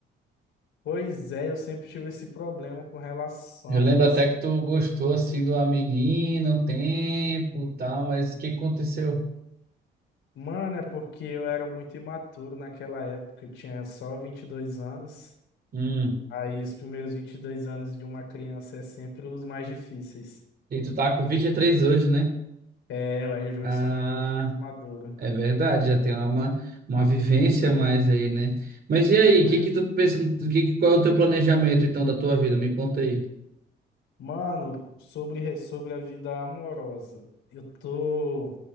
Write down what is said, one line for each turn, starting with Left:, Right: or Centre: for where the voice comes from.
Left: Pois é, eu sempre tive esse problema com relação.
Right: Eu lembro até que tu gostou, assim, de uma menina, um tempo, e tal, mas o que aconteceu?
Left: Mano, é porque eu era muito imaturo naquela época, eu tinha só 22 anos.
Right: Hum,
Left: Aí os primeiros 22 anos de uma criança é sempre os mais difíceis.
Right: e tu tá com 23 hoje, né?
Left: É, aí eu
Right: Ah,
Left: já sou um homem bem mais maduro.
Right: é verdade, já tem uma, uma vivência a mais aí, né? Mas e aí,
Left: Pois
Right: o que que tu pensa, que, que- qual é o teu planejamento, então, da tua vida? Me conta aí.
Left: Mano, sobre, sobre a vida amorosa, eu tô,